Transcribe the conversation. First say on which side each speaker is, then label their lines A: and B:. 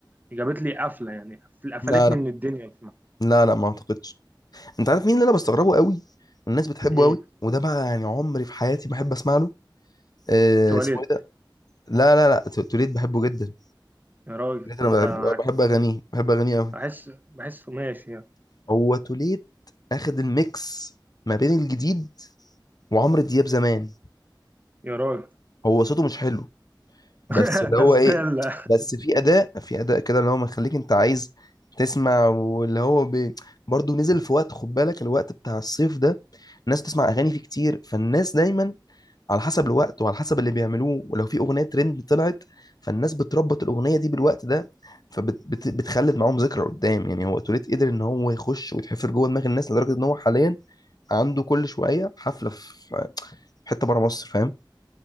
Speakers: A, on the right; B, on the left.
A: جابت لي قفله يعني قفلتني
B: لا لا
A: من الدنيا بصراحه
B: لا لا ما اعتقدش انت عارف مين اللي انا بستغربه قوي والناس بتحبه
A: مين
B: قوي وده بقى يعني عمري في حياتي ما احب اسمع له آه
A: تواليت
B: اسمه ايه ده لا لا لا ت- توليد بحبه جدا
A: يا راجل
B: توليد
A: ده
B: انا
A: انت
B: بحب
A: معاك
B: بحب اغانيه بحب اغانيه قوي
A: بحس بحسه ماشي يعني
B: هو توليد اخد الميكس ما بين الجديد وعمرو دياب زمان
A: يا راجل
B: هو صوته مش حلو
A: <laughs>
B: بس اللي
A: ده
B: هو
A: زباله
B: ايه بس في اداء في اداء كده اللي هو مخليك انت عايز تسمع واللي هو بي... برضه نزل في وقت خد بالك الوقت بتاع الصيف ده الناس بتسمع اغاني فيه كتير فالناس دايما على حسب الوقت وعلى حسب اللي بيعملوه ولو في اغنيه ترند طلعت فالناس بتربط الاغنيه دي بالوقت ده فبتخلد معاهم ذكرى قدام يعني هو توليت قدر ان هو يخش ويتحفر جوه دماغ الناس لدرجه ان هو حاليا عنده كل شويه حفله في في حته بره مصر فاهم